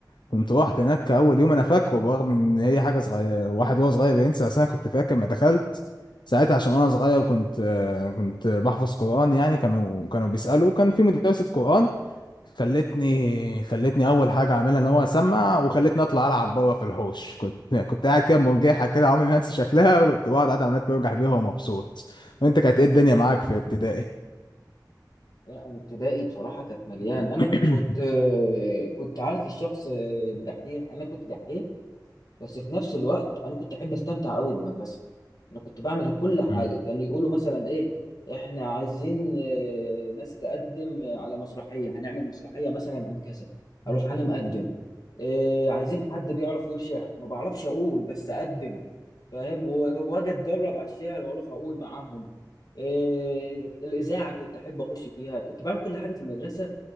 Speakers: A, on the left; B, on the left.
A: كنت رحت هناك اول يوم انا فاكره برغم ان هي حاجه صغيره واحد وهو صغير بينسى بس انا كنت فاكر ما دخلت ساعتها عشان وانا صغير كنت آه، كنت بحفظ قران يعني كانوا كانوا بيسالوا كان في مدرسه قران خلتني خلتني اول حاجه اعملها ان هو اسمع وخلتني اطلع العب بره في الحوش كنت كنت قاعد كده مرجحه كده عمري ما هنسى شكلها وكنت بقعد قاعد عمال برجح بيها ومبسوط وانت كانت ايه الدنيا معاك في ابتدائي
B: لا انا ابتدائي بصراحه كانت مليان
A: <coughs>
B: انا كنت
A: <clears throat>
B: آه، كنت عارف الشخص آه، الدحيح انا كنت دحيح بس في نفس الوقت انا كنت احب استمتع قوي بالمدرسه انا كنت بعمل كل حاجه
A: امم
B: كانوا يقولوا مثلا ايه احنا عايزين آه، ناس تقدم على مسرحيه هنعمل مسرحيه مثلا عن كذا اروح انا مقدم إيه عايزين حد بيعرف يقول شعر ما بعرفش اقول بس اقدم فاهم و- واجي اتدرب على الشعر واروح اقول معاهم إيه الاذاعه كنت احب اخش فيها كنت بعمل كل حاجه في المدرسه